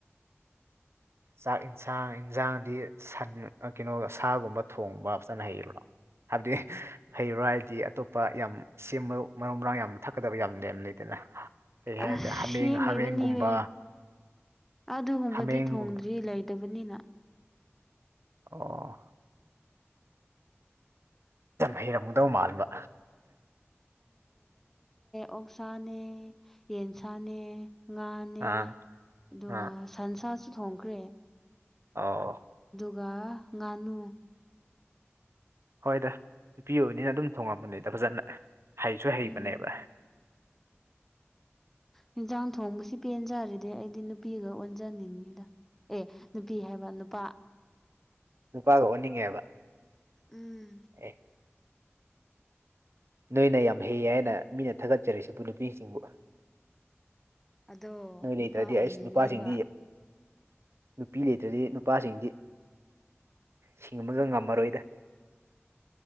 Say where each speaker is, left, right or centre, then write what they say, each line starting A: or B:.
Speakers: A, on the right; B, in the centre.
A: ꯆꯥꯛ ꯌꯦꯟꯁꯥꯡ ꯌꯦꯟꯁꯥꯡꯗꯤ ꯁꯟ ꯀꯩꯅꯣ ꯁꯥꯒꯨꯝꯕ ꯊꯣꯡꯕ ꯐꯖꯅ ꯍꯩꯕ꯭ꯔꯣ ꯍꯥꯏꯕꯗꯤ ꯍꯩꯔꯣ ꯍꯥꯏꯗꯤ ꯑꯇꯣꯞꯄ ꯌꯥꯝ ꯁꯦꯝꯕ ꯃꯔꯨ ꯃꯔꯥꯡ ꯌꯥꯝ ꯊꯛꯀꯗꯕ ꯌꯥꯝ ꯅꯦꯝ ꯂꯩꯗꯅ ꯀꯩ ꯍꯥꯏꯔꯗꯤ
B: ꯑ ꯁꯤꯦꯃꯤꯕꯅꯤꯋꯦ
A: ꯍꯥꯃꯦꯡ ꯍꯥꯃꯦꯡꯒꯨꯝꯕ
B: ꯑꯗꯨꯒꯨꯝꯕꯗꯤ
A: ꯍꯥꯃꯦꯡꯒꯨꯝꯕ
B: ꯊꯣꯡꯗ꯭ꯔꯤ ꯂꯩꯇꯕꯅꯤꯅ
A: ꯑꯣ ꯍꯩꯔꯝꯧꯗꯧ ꯃꯥꯟꯕ
B: ꯑꯣ ꯁꯥꯅꯦ ꯌꯦꯟ ꯁꯅꯦ ꯉꯥꯅꯦ
A: ꯑꯥ
B: ꯑꯗꯨꯒ
A: ꯑꯥ
B: ꯁꯟꯁꯥꯁꯨ ꯊꯣꯡꯈ꯭ꯔꯦ
A: ꯑ
B: ꯑꯗꯨꯒ ꯉꯥꯅꯨ
A: ꯍꯣꯏꯗ ꯅꯨꯄꯤ ꯑꯣꯏꯕꯅꯤꯅ ꯑꯗꯨꯝ ꯊꯣꯡꯉꯝꯕꯅꯤꯗ ꯐꯖꯅ ꯍꯩꯁꯨ ꯍꯩꯕꯅꯦꯕ
B: ꯎꯝ ꯌꯦꯟꯖꯥꯡ ꯊꯣꯡꯕꯁꯤ ꯄꯦꯟꯖꯔꯤꯗꯤ ꯑꯩꯗꯤ ꯅꯨꯄꯤꯒ ꯑꯣꯟꯖꯅꯤꯡꯉꯤꯗ ꯑꯦ ꯅꯨꯄꯤ ꯍꯥꯏꯕ ꯅꯨꯄꯥ
A: ꯅꯨꯀꯥꯒ ꯑꯣꯟꯅꯤꯡꯉꯦꯕ
B: ꯎꯝ
A: ꯑꯦ ꯅꯣꯏꯅ ꯌꯥꯝ ꯍꯩ ꯍꯥꯏꯅ ꯃꯤꯅ ꯊꯥꯒꯠꯆꯔꯤꯁꯤꯕꯨ ꯅꯨꯄꯤꯁꯤꯡꯕꯨ
B: ꯑꯗꯣ
A: ꯅꯣꯏ ꯂꯩꯇ꯭ꯔꯗꯤ
B: ꯅꯨꯄꯥ ꯑꯣꯏꯅꯤꯡꯂꯦꯕ
A: ꯑꯩꯁ ꯅꯨꯄꯥꯁꯤꯡꯗꯤ ꯅꯨꯄꯤ ꯂꯩꯇ꯭ꯔꯗꯤ ꯅꯨꯄꯥꯁꯤꯡꯗꯤ ꯁꯤꯡꯃꯒ ꯉꯝꯃꯔꯣꯏꯗ